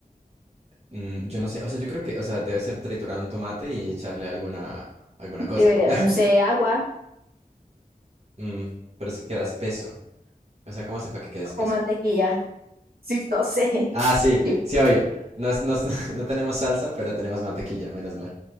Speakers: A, on the right; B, on the right.
A: Mm, yo no sé. O sea, yo creo que, o sea, debe ser triturar un tomate y echarle alguna, alguna cosa.
B: Debería,
A: <laughs>
B: no sé, agua
A: Mm, pero es que queda espeso. O sea, ¿cómo hacen para que quede espeso?
B: o mantequilla. <laughs> Sí, no sé.
A: Ah, sí,
B: <laughs> Yo-
A: sí, obvio. Nos, nos- <laughs> no tenemos salsa, pero tenemos mantequilla, menos mal.